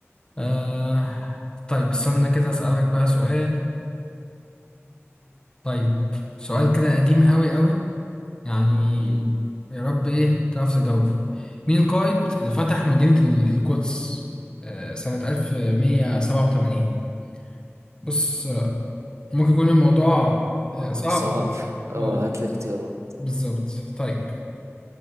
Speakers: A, on the left (about 20°); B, on the right (about 85°).
A: آه طيب استنى كده اسالك بقى سؤال طيب سؤال كده قديم قوي قوي يعني
B: مم.
A: يا رب ايه تعرف تجاوبه مين القائد اللي فتح مدينة ال- القدس آه، سنة 1187 بص آه، ممكن يكون الموضوع آه،
B: اه
A: صعب
B: صعب
A: بقى.
B: <laughs> اه
A: اه
B: هات لي اختيارات
A: بالظبط طيب